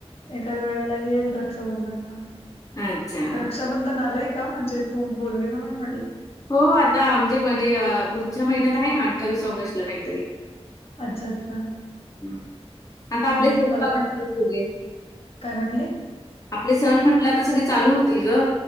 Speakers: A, on the left; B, on the left.
A: एखाद्या वेळेला येईल रक्षाबंधनला,
B: अच्छा.
A: रक्षाबंधन आलाय का? म्हणजे तू बोलली म्हणून म्हटलं.
B: हो आता म्हणजे, पण पुढच्या महिन्यात आहे ना अठ्ठावीस ऑगस्टला काहीतरी
A: अच्छा! अच्छा!
B: हं.
A: हम्म,
B: आता आपले सण
A: मला
B: चालू
A: पण
B: होतील सगळे.
A: काय म्हटले?
B: आपले सण म्हंटलं, आता सगळे चालू होतील ग.